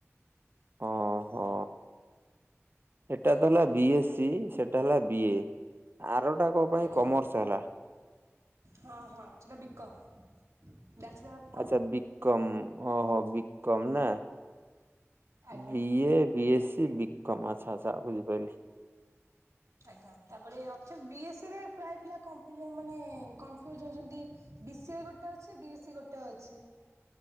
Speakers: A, on the right; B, on the right.
A: ଅ ହ ଏଟା
B: ଆଜ୍ଞା
A: ତ ହେଲା ବିଏସି ସେଟା ହେଲା ବି ଏ। ଆରଟା କଁ ପାଇଁ
B: ଆଜ୍ଞା
A: କମର୍ସ ହେଲା?
B: ହଁ ହଁ ସେଟା ବିକମ <inaudible>
A: ଆଛା ବିକମ ହଁ ହଁ ବିକମ ନା?
B: ଆଜ୍ଞା।
A: ବିଏ ବିଏସି ବିକମ ଆଛା ଆଛା ବୁଝିପାଇଲି।
B: ଆଜ୍ଞା ତାପରେ ଅଛ ବିଏସି ରେ ପ୍ରାୟ ପିଲା <unintelligible> ମାନେ କନଫ୍ୟୁଜ ହଉଛନ୍ତି ବିସିଏ ଗୋଟେ ଅଛି ବିଏସି ଗୋଟେ ଅଛି